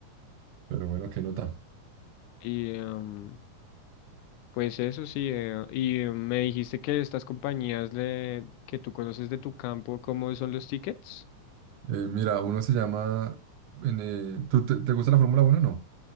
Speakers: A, on the right (about 80°); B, on the left (about 80°).
A: pero bueno, qué nota.
B: Y em, pues eso sí, eh, y eh, me dijiste que estas compañías le, que tú conoces de tu campo, ¿cómo son los tickets?
A: Eh, mira, uno se llama. en, eh, ¿tú te, te gusta la Fórmula uno o no?